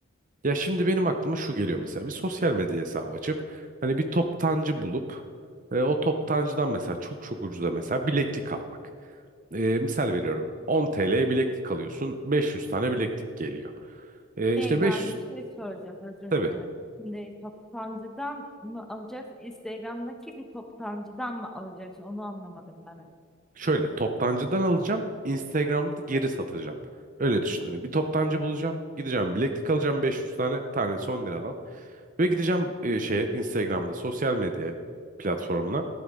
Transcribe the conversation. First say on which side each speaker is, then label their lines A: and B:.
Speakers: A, on the right (about 40°); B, in the centre.
A: Ya şimdi benim aklıma şu geliyor mesela bir sosyal medya hesabı açıp hani bir toptancı bulup e, o toptancıdan mesela çok çok ucuza mesela bileklik almak. E, misal veriyorum 10 TL'ye bileklik alıyorsun 500 tane bileklik geliyor. E,
B: Şey
A: işte 500
B: ben bir şey soracağım özür
A: tabii
B: dilerim. Şimdi toptancıdan mı alacaksın? Instagram'daki bir toptancıdan mı alacaksın? Onu anlamadım ben.
A: Şöyle toptancıdan alacağım. Instagram'da geri satacağım. Öyle düşün. Hani bir toptancı bulacağım. Gideceğim bileklik alacağım 500 tane tanesi 10 liradan. Ve gideceğim e, şeye Instagram'da sosyal medya platformuna.